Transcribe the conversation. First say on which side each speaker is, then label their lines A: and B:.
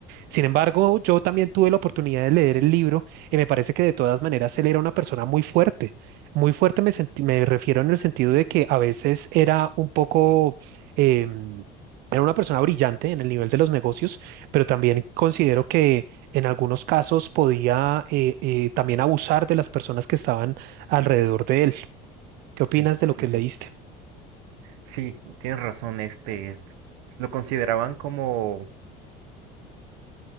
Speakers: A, on the right; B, on the right.
A: Sin embargo, yo también tuve la oportunidad de leer el libro y me parece que de todas maneras él era una persona muy fuerte. Muy fuerte me, sentí- me refiero en el sentido de que a veces era un poco... em, Era una persona brillante en el nivel de los negocios, pero también considero que en algunos casos podía eh, eh, también abusar de las personas que estaban alrededor de él. ¿Qué opinas
B: Sí,
A: de lo
B: sí,
A: que
B: sí.
A: leíste?
B: Sí, tienes razón, este, es- lo consideraban como,